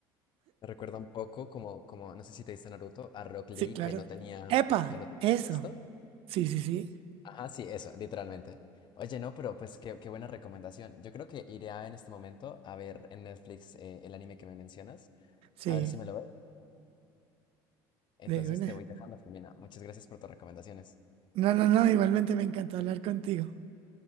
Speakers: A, on the left; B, on the right.
A: Me recuerda un poco como, como, no sé si te diste Naruto, a Rock
B: Sí,
A: Lee
B: claro.
A: que no tenía,
B: Epa,
A: que no tenía
B: eso.
A: esto.
B: Sí, sí, sí.
A: Ajá, sí, eso, literalmente. Oye, no, pero pues qué, qué buena recomendación. Yo creo que iré a- en este momento a ver en Netflix eh, el anime que me mencionas,
B: Sí,
A: a ver si me lo veo. Entonces
B: de una.
A: te voy dejando, Jimena. Muchas gracias por tus recomendaciones.
B: No, no, no, igualmente me encantó hablar contigo.